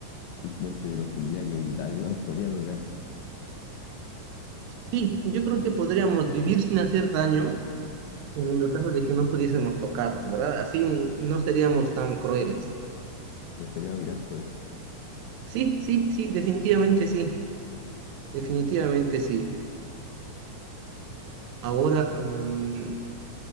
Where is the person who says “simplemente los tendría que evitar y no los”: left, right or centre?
Left